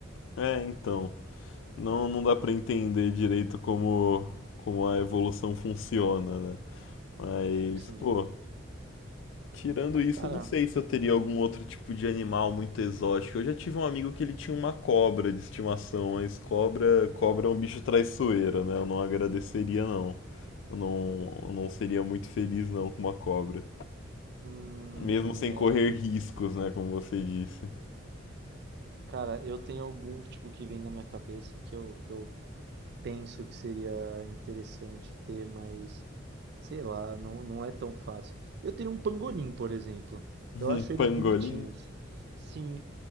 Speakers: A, on the left; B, on the right.
A: É, então, não, não dá pra entender direito como, como a evolução funciona, né? Mas,
B: Sim.
A: pô, Tirando isso,
B: Cara,
A: eu não sei se eu teria algum outro tipo de animal muito exótico. Eu já tive um amigo que ele tinha uma cobra de estimação, mas cobra, cobra é um bicho traiçoeiro, né? Eu não agradeceria, não. Eu não, eu não seria muito feliz, não, com uma cobra.
B: hum,
A: Mesmo sem
B: é,
A: correr riscos, né? Como você disse.
B: cara, eu tenho alguns tipo que vem na minha cabeça que eu, que eu penso que seria interessante ter, mas Sei lá, não, não é tão fácil. Eu tenho um pangolim, por exemplo.
A: <laughs>
B: Eu
A: Um
B: acho eles
A: pangolim?
B: bonitinhos. Sim,